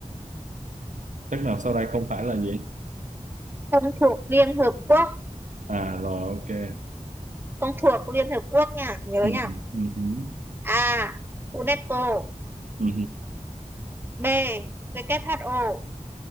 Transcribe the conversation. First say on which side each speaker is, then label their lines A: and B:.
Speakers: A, on the right (about 70°); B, on the right (about 15°).
A: Chắc nào sau đây không phải là gì?
B: không thuộc Liên Hợp Quốc
A: À rồi ok.
B: không thuộc Liên Hợp Quốc nha nhớ
A: Ừ,
B: nha
A: ừ, ừ,
B: A UNESCO
A: ừ,
B: B WHO